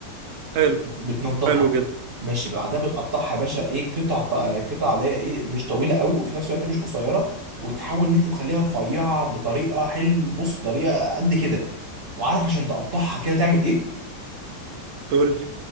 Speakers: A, on the right; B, on the right.
A: حلو
B: بتنضفها
A: حلو جدا
B: ماشي بعدها بتقطعها يا باشا ايه قطع ط- قطع اللي هي ايه مش طويله قوي وفي نفس الوقت مش قصيره وتحاول ان انت تخليها رفيعه بطريقه حلو بص طريقه قد كده وعارف عشان تقطعها كده تعمل ايه
A: قول